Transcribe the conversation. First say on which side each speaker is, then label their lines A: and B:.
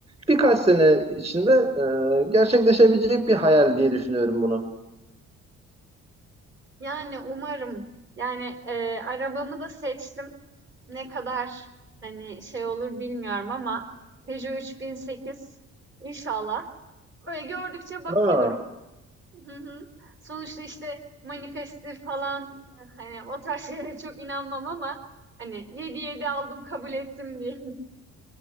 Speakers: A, on the right; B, on the right.
A: Birkaç sene içinde e, gerçekleşebilecek bir hayal diye düşünüyorum bunu.
B: Yani umarım. Yani, eee, arabamı da seçtim. ne kadar hani şey olur bilmiyorum ama Peugeot 3008 inşallah. Böyle gördükçe bakıyorum.
A: Ha.
B: Hı hı. Sonuçta işte manifesttir falan hani o tarz <laughs> şeylere çok inanmam ama hani 7-7 aldım kabul ettim diye.